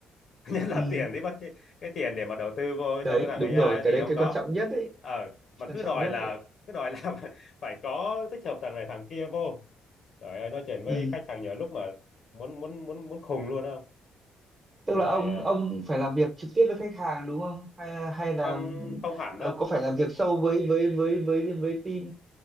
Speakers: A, on the left; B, on the right.
A: <laughs> nhất là
B: ừ
A: tiền thì bắt cái tiền để mà đầu tư vô
B: đấy
A: cho cái thằng
B: đúng
A: AI ấy
B: rồi cái
A: thì
B: đấy
A: không
B: cái
A: có
B: quan trọng nhất đấy
A: ờ mà
B: quan
A: cứ
B: trọng
A: đòi
B: nhất
A: là
B: đấy
A: cứ đòi là <laughs> phải có tích hợp thằng này thằng kia vô trời ơi nói chuyện với
B: ừ
A: khách hàng nhiều lúc mà muốn muốn muốn muốn khùng luôn không
B: tức
A: rồi
B: là ông
A: ờ,
B: ông phải làm việc trực tiếp với khách hàng đúng không hay hay là
A: không không hẳn
B: ờ,
A: đâu
B: có phải làm việc sâu với với với với với team